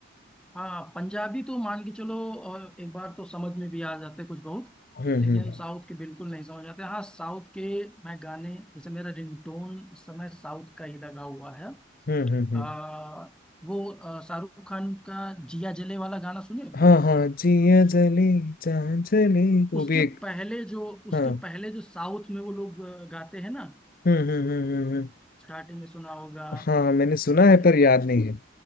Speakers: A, in the centre; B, on the left (about 45°).
A: हाँ पंजाबी तो मान के चलो और एक बार तो समझ में भी आ जाते कुछ बहुत
B: हम्म
A: लेकिन
B: हम्म
A: साउथ के बिल्कुल नहीं समझ आते हाँ साउथ के मैं गाने जैसे मेरा रिंगटोन इस समय साउथ का ही लगा हुआ है
B: हम्म हम्म हम्म
A: आ, वो आ, शाहरुख खान का जिया जले वाला गाना सुने हो
B: हाँ हाँ जिया जली जान चली वो
A: उसके
B: भी एक
A: पहले जो उसके
B: हाँ
A: पहले जो साउथ में वो लोग अ, गाते हैं ना
B: हम्म हम्म हम्म हम्म हम्म।
A: स्टार्टिंग में सुना होगा
B: हाँ मैंने सुना
A: उन-
B: है पर याद नहीं है